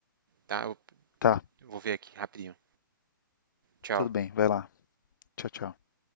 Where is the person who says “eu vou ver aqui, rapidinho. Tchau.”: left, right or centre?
Right